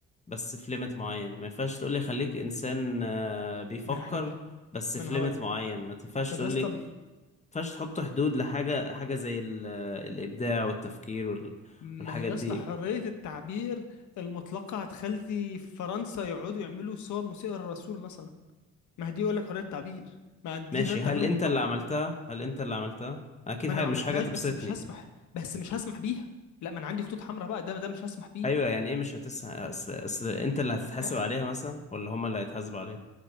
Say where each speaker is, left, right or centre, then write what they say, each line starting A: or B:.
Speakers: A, on the left; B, on the left.
A: بس في ليميت معين ما ينفعش تقولي خليك إنسان آه، بيفكر
B: ما هي حر
A: بس
B: ما
A: في
B: انا
A: ليميت
B: هقول
A: معين ما تنفعش
B: طب
A: تقولي
B: يا اسطى
A: ما ينفعش تحط حدود لحاجة حاجة زي ال- آه، الإبداع والتفكير وال-
B: ما
A: والحاجات
B: هي يا
A: دي
B: اسطى حريه التعبير المطلقه هتخلي فرنسا يقعدوا يعملوا صور مسيئه للرسول مثلا ما هي دي يقول لك حريه تعبير ما دي
A: ماشي
B: حريه تعبير
A: هل أنت
B: مطلقه
A: اللي عملتها هل أنت اللي عملتها أكيد
B: ما
A: حاجة
B: انا ما
A: مش
B: عملتهاش
A: حاجة تبسطني
B: بس مش هسمح بس مش هسمح بيها لا ما انا عندي خطوط حمراء بقى ده ده مش هسمح بيه
A: أيوة يعني إيه مش هتس أصل أصل أنت اللي هتتحاسب
B: <clears throat>
A: عليها مثلا ولا هما اللي هيتحاسبوا عليها